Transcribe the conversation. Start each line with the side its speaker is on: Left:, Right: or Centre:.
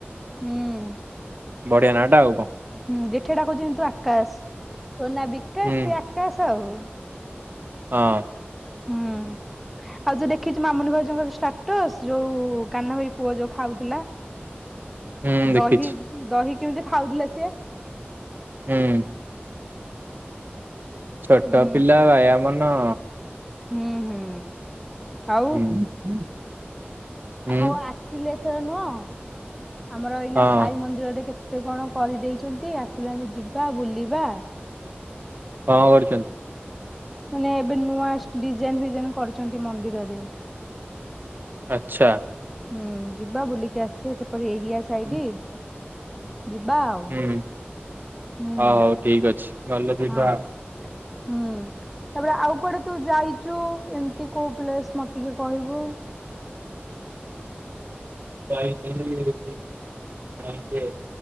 Centre: ହୁଁ।
Right: ବଢିଆ ନାଁଟା ଆଉ କଣ।
Centre: ହୁଁ ଜେଠି ଡାକୁଛି କିନ୍ତୁ, ଆକାଶ ତୋ ନା ବିକାଶ
Right: ହୁଁ
Centre: ସେ ଆକାଶ ଆଉ।
Right: ହଁ।
Centre: ହୁଁ ଆଉ ଯୋଉ ଦେଖିଛୁ ମାମୁନି ଭାଉଜଙ୍କର ଷ୍ଟାଟସ ଯୋଉ କାନା ଭାଇ ପୁଅ ଯୋଉ ଖାଉଥିଲା।
Right: ହୁଁ
Centre: ଦହି,
Right: ଦେଖିଛି
Centre: ଦହି କେମିତି ଖାଉଥିଲେ ସିଏ?
Right: ହୁଁ। ଛୋଟ
Centre: ହୁଁ
Right: ପିଲା ବାଇଆ ମନ।
Centre: ହୁଁ ହୁଁ। ଆଉ।
Right: ହୁଁ। ହୁଁ
Centre: ହଉ ଆସିଲେ ଏଥର ନୁହଁ, ଆମର ଏଇନା
Right: ହଁ
Centre: ସାଇ ମନ୍ଦିରରେ କେତେ କେତେ କଣ କରିଦେଇଛନ୍ତି, ଆସିଲେ ଆମେ ଯିବା, ବୁଲିବା
Right: କଣ କରିଛନ୍ତି?
Centre: ମାନେ ଏବେ ନୂଆ ଡିଜାଇନ ଫିଜାଇନ କରୁଛନ୍ତି ମନ୍ଦିରରେ।
Right: ଆଚ୍ଛା।
Centre: ହୁଁ ଯିବା ବୁଲିକି ଆସିବା, ସେପଟ ଏରିଆ ସାଇଡି।
Right: ହୁଁ
Centre: ଯିବା ଆଉ।
Right: ହ
Centre: ହୁଁ-ହଁ।
Right: ହଉ ଠିକ ଅଛି ଭଲ ଯିବା
Centre: ହୁଁ। ତାପରେ ଆଉ କୁଆଡେ ତୁ ଯାଇଚୁ, ଏମତି କୋଉ ପ୍ଲେସ୍ ମତେ ଟିକେ କହିବୁ?
Right: ଯାଇଥେଲି <unintelligible>